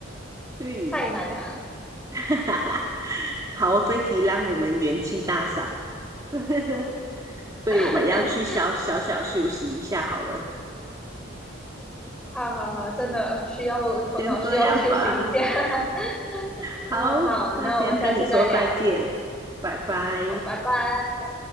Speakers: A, on the right; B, in the centre.
A: 对，
B: 太难了，
A: <laughs> 好，这一题让我们元气大伤。<laughs> 对，
B: <laughs>
A: 我们要去小小小休息一下好了，
B: 好好好，真的需要头脑需要休息一下。
A: 先这样吧。
B: <laughs>
A: 好，
B: 嗯，好，
A: 那先跟你说再见，
B: 那我们下次再聊，
A: 拜拜。
B: 好，拜拜。